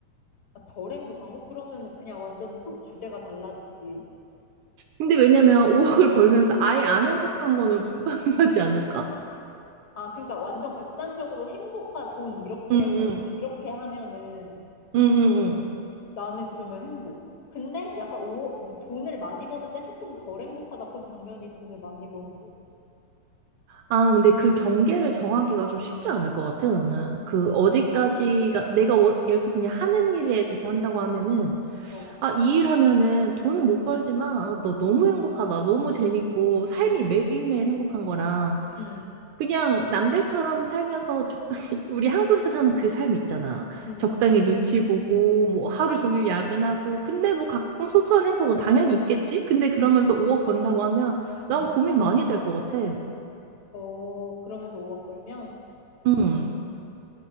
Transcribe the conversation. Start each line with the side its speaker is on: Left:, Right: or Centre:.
Left: 덜 행복한 거? 그러면은 그냥 완전 토, 주제가 달라지지.
Right: 근데 왜냐면 5억을 <laughs> 벌면서 아예 안 행복한 거는 <laughs> 불가능하지 않을까?
Left: 아, 그러니까 완전 극단적으로 행복과 돈 이렇게
Right: 응, 응,
Left: 이렇게 하면은
Right: 응, 응,
Left: 나는 그러면 행복. 근데 약간 오, 돈을 많이 버는데 조금 덜 행복하다. 그럼 당연히 돈을 많이 버는 거지.
Right: 아, 근데 그 경계를 정하기가 좀 쉽지 않을 것 같아, 나는. 그 어디까지가, 내가 원- 예를 들어서 그냥 하는 일에 대해서 한다고 하면은,
Left: 어.
Right: 아, 이 일 하면은 돈은 못 벌지만, 아, 너 너무 행복하다. 너무 재밌고, 삶이 매일매일 행복한 거랑,
Left: 음.
Right: 그냥 남들처럼 살면서 적당히, <laughs> 우리 한국에서 사는 그 삶 있잖아.
Left: 음.
Right: 적당히 눈치 보고, 뭐 하루 종일 야근하고, 근데 뭐 가끔 소소한 행복은 당연히 있겠지? 근데 그러면서 5억 번다고 하면,
Left: 음.
Right: 난 고민 많이 될 것 같아.
Left: 어, 그러면서 5억 벌면?
Right: 응.